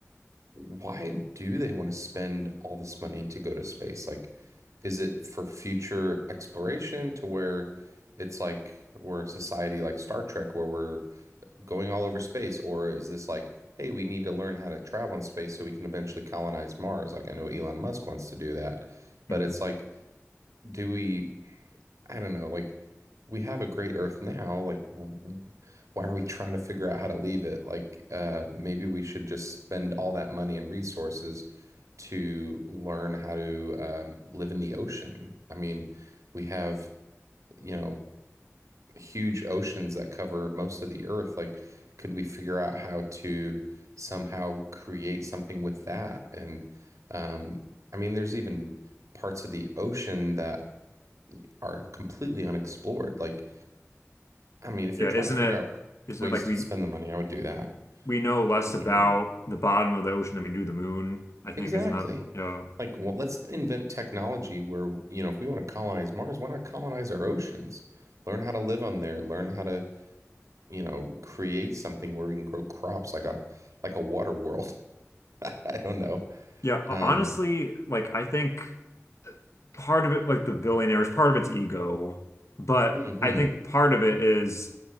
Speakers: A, on the right (about 80°); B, on the left (about 65°).
A: why do they want to spend all this money to go to space? Like, is it for future exploration to where it's like we're a society like Star Trek where we're going all over space, or is this like, hey, we need to learn how to travel in space so we can eventually colonize Mars? Like I know Elon Musk wants to do that, but
B: hmm
A: it's like, do we? I don't know. Like we have a great Earth now. Like w- w- why are we trying to figure out how to leave it? Like uh, maybe we should just spend all that money and resources to learn how to um, live in the ocean. I mean, we have, you know, huge oceans that cover most of the earth. Like, could we figure out how to somehow create something with that? And um, I mean, there's even parts of the ocean that are completely unexplored. Like, I mean, if
B: Yeah,
A: you're trying
B: isn't
A: to figure
B: it
A: out
B: isn't
A: ways
B: it like
A: to
B: we
A: spend the money, I would do that.
B: we know less
A: <clears throat>
B: about the bottom of the ocean than we do the moon, I think,
A: Exactly.
B: is not, yeah.
A: Like, well, let's invent technology where, you know, if we want to colonize Mars, why not colonize our oceans? Learn how to live on there, learn how to you know, create something where we can grow crops like a like a water world. <laughs> I don't know.
B: Yeah, honestly,
A: Um,
B: like I think part of it, like the billionaires, part of it's ego, but
A: hmm
B: I think part of it is,